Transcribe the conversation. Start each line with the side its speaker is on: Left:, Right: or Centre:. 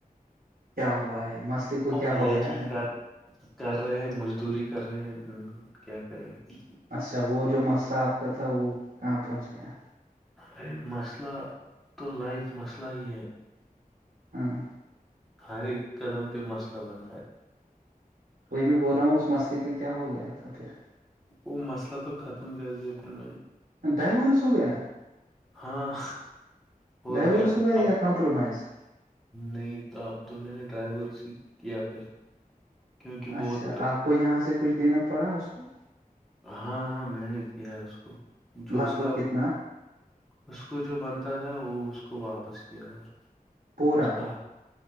Right: کیا ہوا ہے مسلق کو
Centre: او بھیا
Right: کیا ہو گیا
Centre: جی،
Right: ہے
Centre: کر کر رہے ہیں مزدوری کر رہے ہیں کیا کریں گے
Right: اچھا وہ جو مسئلہ آپ کا تھا وہ کہاں پہنچ گیا
Centre: ارے مسئلہ تو لائف مسئلہ ہی ہے
Right: ہاں
Centre: ہر ایک قدم پہ مسئلہ بنتا ہے
Right: وہی میں بول رہا ہوں اس مسئلے کا کیا ہو گیا تھا پھر
Centre: وہ مسئلہ تو ختم کر دیا پھر میں نے
Right: ڈائیورورسو گیا
Centre: ہاں اور
Right: ڈائیورس
Centre: کیا
Right: ہوو گیا
Centre: اب
Right: کمپرومائز
Centre: نہیں تو آپ تو میں نے ڈرائیور س کیا پھر کیونکہ بہت
Right: اچھا
Centre: پ-
Right: آپ کو یہاں سے کچھ دینا پڑا اس کو
Centre: ہاں ہاں میں نے دیا اس کو جو
Right: لگ
Centre: اس
Right: بھگ
Centre: کا
Right: کتنا
Centre: اس کو جو بنتا تھا وہ اس کو واپس کیاے گا اس
Right: پورا
Centre: اس کا